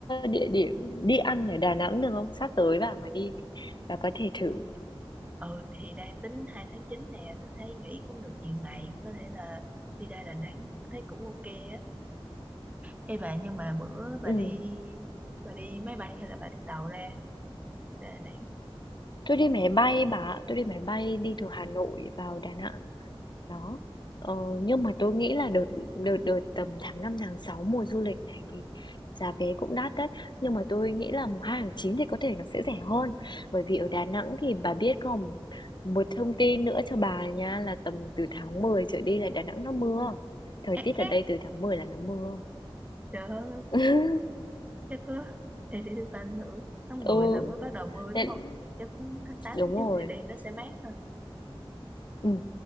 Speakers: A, on the left; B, on the right.
A: địa điểm đi ăn ở Đà Nẵng được không? Sắp tới bà mà đi thì bà có thể thử.
B: Ừ, thì đang tính 2 tháng 9 nè, tôi thấy nghỉ cũng được nhiều ngày. Có thể là đi ra Đà Nẵng, thấy cũng ok á. Ê bà nhưng mà bữa bà
A: Ừm,
B: đi bà đi máy bay hay là bà đi tàu ra Đà Nẵng
A: tôi đi máy bay bà ạ, tôi đi máy bay đi từ Hà Nội vào Đà Nẵng. Đó, ờ, nhưng mà tôi nghĩ là đợt đợt đợt tầm tháng 5 tháng 6 mùa du lịch này thì giá vé cũng đắt đấy. Nhưng mà tôi nghĩ là mùng 2 tháng 9 thì có thể nó sẽ rẻ hơn. Bởi vì ở Đà Nẵng thì bà biết không, một thông tin nữa cho bà nha là tầm từ tháng 10 trở đi là Đà Nẵng nó mưa. Thời
B: ác
A: tiết
B: ác
A: ở đây từ tháng mười là nó mưa.
B: trời ơi
A: <laughs>
B: chắc có Ê, để tôi coi ảnh thử tháng mười
A: Ừ,
B: là mới bắt đầu mưa đúng
A: nên-
B: không thì chắc tháng tám
A: đúng
B: tháng chín
A: rồi.
B: thì đi nó sẽ mát hơn
A: Ừm,